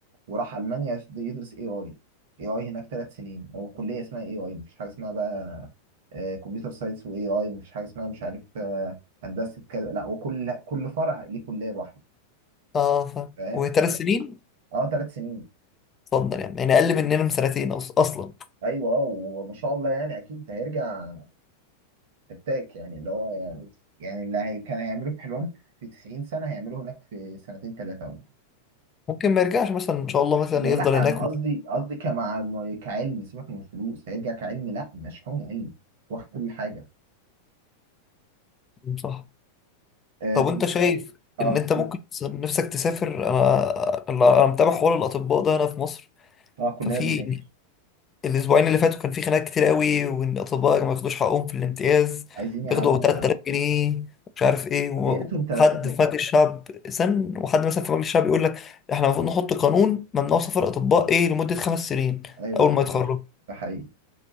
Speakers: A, on the right; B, on the left.
A: وراح ألمانيا يشد- يدرس اي اي اي اي هناك ثلاث سنين هو كلية اسمها اي اي مفيش حاجة اسمها بقى آه، كمبيوتر ساينس واي اي مفيش حاجة اسمها مش عارف آه، هندسة كذا لا وكل كل فرع ليه كلية لوحده
B: اه فاهم
A: فاهم
B: وثلاث سنين
A: اه ثلاث سنين
B: اتفضل يعني يعني اقل مننا بسنتين أص- اصلا
A: ايوه آه، وما شاء الله يعني اكيد هيرجع فتاك يعني اللي هو يعني يعني اللي هي كان هيعمله في حلوان في 90 سنة هيعمله هناك في سنتين ثلاثة ولا حاجة.
B: ممكن ما يرجعش مثلا ان شاء الله مثلا
A: ولا
B: يفضل هناك
A: أنا قصدي قصدي كمع كعلم سيبك من الفلوس هيرجع كعلم لا مشحون علم واخد كل حاجة
B: <laughs> صح
A: آه
B: طب
A: طب
B: وانت شايف
A: اه
B: ان انت ممكن تس- نفسك تسافر انا انا أنا متابع حوار الاطباء ده هنا في مصر
A: اه كلنا
B: ففي
A: بنهاكر
B: الاسبوعين اللي فاتوا كان في خناقات كتير قوي وان الاطباء ما ياخدوش حقهم في الامتياز
A: عايزين
B: بياخدوا
A: يقعدونا
B: 3000
A: بالعافية
B: جنيه ومش عارف ايه وحد
A: يا ريتهم 3000
B: في مجلس الشعب سن وحد مثلا في مجلس الشعب يقول لك احنا المفروض نحط قانون ممنوع سفر اطباء ايه لمده خمس سنين
A: أيوه
B: اول
A: ده حقيقي
B: ما يتخرجوا
A: ده حقيقي